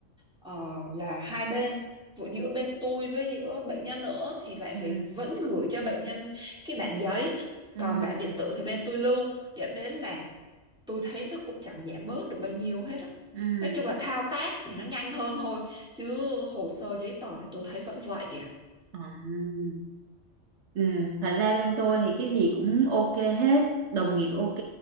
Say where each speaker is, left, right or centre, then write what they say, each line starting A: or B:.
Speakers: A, in the centre; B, on the right.
A: ờ, là hai bên Vừa giữa bên tôi với giữa bệnh nhân nữa thì lại phải
B: ừ
A: vẫn gửi cho bệnh nhân cái bản giấy
B: ừ
A: còn bản điện tử thì bên tôi lưu dẫn đến là tôi thấy nó cũng chẳng giảm bớt được bao nhiêu hết á
B: ừ
A: nói chung là thao tác thì nó nhanh hơn thôi chứ hồ sơ giấy tờ thì tôi thấy vẫn vậy à
B: ừ ừ thật ra bên tôi thì cái gì cũng ok hết đồng nghiệp ok